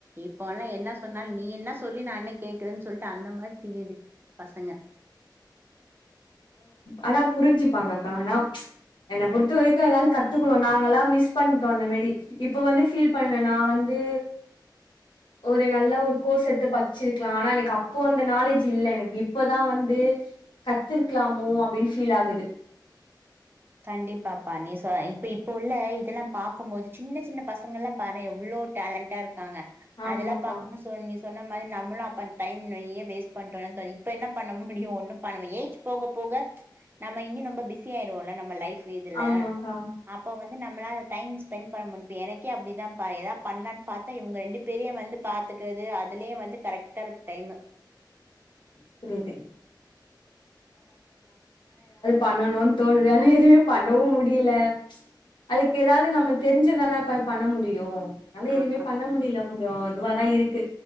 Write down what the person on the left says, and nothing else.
ஆனா புரிஞ்சுப்பாங்க ஆனா ப்ச் என்னை பொறுத்த வரைக்கும் ஏதாவது கத்துக்கணும் நாங்கலாம் மிஸ் <unintelligible> இப்ப வந்து ஃபீல் பண்றேன் நான் வந்து ஒரு நல்ல ஒரு கோர்ஸ் எத்து படிச்சிருக்கலா ஆனா அப்ப அந்த நாலெஜ் இல்ல எனக்கு இப்பதான் வந்து படிச்சிருக்கலாமோ அப்படின்னு ஃபீல் ஆகுது
ஆமாக்கா
ஆமாக்கா
புரிது பண்ணணும்னு தோணுது ஆனா எதுமே பண்ணவும் முடியல ப்ச் அதுக்கு ஏதாவது நம்ம தெரிஞ்சுதானே பண்ண முடியும் அத எதுவுமே
பண்ண முடியல கொஞ்சம் இதுவாதான் இருக்கு